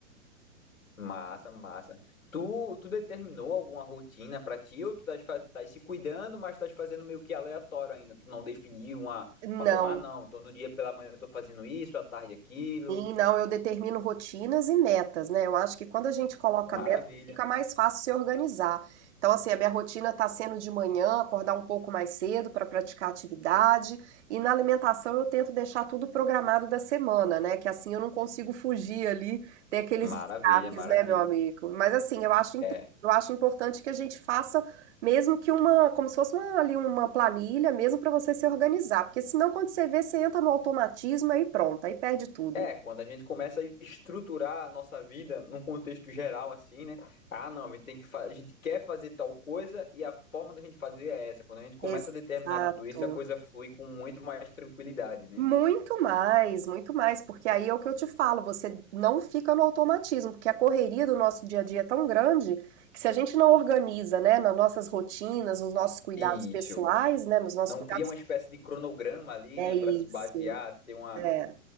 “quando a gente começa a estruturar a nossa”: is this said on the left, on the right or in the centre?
Left